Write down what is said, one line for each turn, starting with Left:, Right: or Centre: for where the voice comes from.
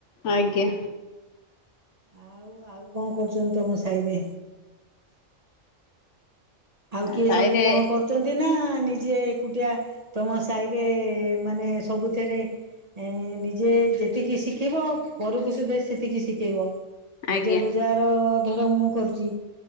Left: ଆଜ୍ଞା।
Right: ଆଉ, ଆଉ କଣ କରୁଚନ୍ତି, ତମ ସାହିରେ। ଆଉ କିଏ
Left: ସାହିରେ
Right: ସବୁ କଣ କରୁଚନ୍ତି ନା? ନିଜେ ଏକୁଟିଆ ତମ ସାହିରେ ମାନେ ସବୁଥିରେ ଏଁ ନିଜେ ଯେତିକି ଶିଖିବ ପରକୁ ସେତେ ସେତିକି ଶିଖେଇବ । ନିଜର
Left: ଆଜ୍ଞା
Right: ଯାର ମୋର ମୁଁ କରୁଚି।